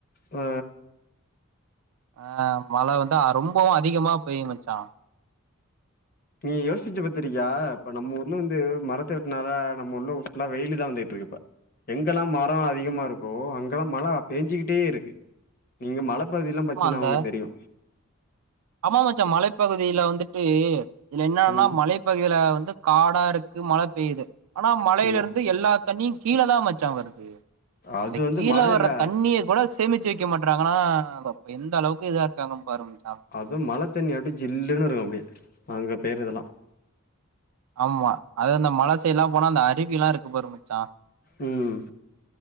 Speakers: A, on the left; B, on the right.
A: ஆ
B: அ மழ வந்தா ரொம்பவு அதிகமா பெய்யு மச்சா
A: நீ யோசுச்சு பத்துருக்கியா இப்ப நம்ம ஊர்ல வந்து மரத்த வெட்னால நம்ம ஊர்ல ஃபுல்லா வெயிலுதா வந்துகிட்டு இருக்கு இப்ப எங்கெல்லா மரோ அதிகமாருக்கோ அங்கெல்லா மழ பேஞ்சுக்கிட்டே இருக்கு நீங்க மழப் திருபதில்லா பாத்தீன்னா
B: ஆமா அந்த
A: உனக்கு தெரியு
B: ஆமா மச்சா மலைப்பகுதியில வந்துட்டு இதுல என்னன்னா
A: ம்
B: மலைப்பகுதியில வந்து காடாருக்கு மழ பெய்யுது ஆனா மழையில
A: ஆமா
B: இருந்து எல்லா தண்ணி கீழதா மச்சா வருது
A: அது
B: அந்த
A: வந்து
B: கீழ
A: மழ
B: வரத்
A: இல்ல
B: தண்ணிய கூடஸ் சேமிச்சு வைக்க மாட்றாங்கன்னா எந்த அளவுக்கு இதா இருக்காங்கன்னு பாரு மச்சா
A: அதும் மழ தண்ணி அப்டி ஜில்லுன்னு இருக்கு அப்டி அங்க பேயிரதெல்லா
B: ஆம்மா அது இந்த மழ செய்டுல்லா போனா அந்த அருவி எல்லா இருக்கும் பாரு மச்சா
A: ம்